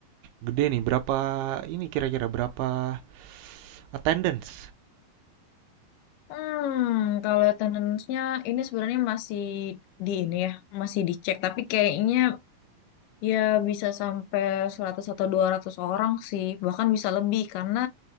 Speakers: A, on the right (about 80°); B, on the left (about 75°).
A: gede nih. Berapa ini kira-kira berapa attendance?
B: Hmm, kalau attendance-nya ini sebenarnya masih di ini ya, masih dicek. Tapi kayaknya ya bisa sampai 100 atau 200 orang sih, bahkan bisa lebih karena